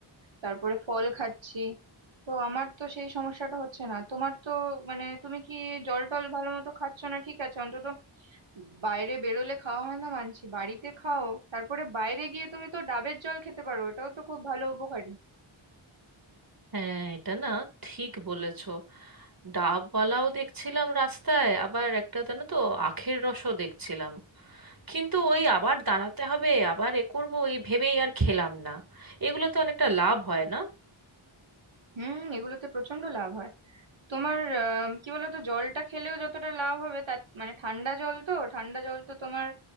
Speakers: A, on the right; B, on the right.
A: তারপরে ফল খাচ্ছি তো আমার তো সেই সমস্যাটা হচ্ছে না তোমার তো মানে তুমি কি জল টল ভালো মতো খাচ্ছ না ঠিক আছে অন্তত বাইরে বেরোলে খাওয়া হয় না মানছি বাড়িতে খাও তারপরে বাইরে গিয়ে তুমি তো ডাবের জল খেতে পারো এটাও তো খুব ভালো উপকারী
B: হ্যাঁ এটা না ঠিক বলেছো ডাবওয়ালাও দেখছিলাম রাস্তায় আবার একটা জানো তো আখের রসও দেখছিলাম কিন্তু ওই আবার দাঁড়াতে হবে আবার এ করবো এই ভেবেই আর খেলাম না এগুলোতে অনেকটা লাভ হয় না
A: হুম এগুলোতে প্রচন্ড লাভ হয় তোমার আহ, কি বলতো জলটা খেলেও যতটা লাভ হবে তার মানে ঠান্ডা জল তো ঠান্ডা জল তো তোমার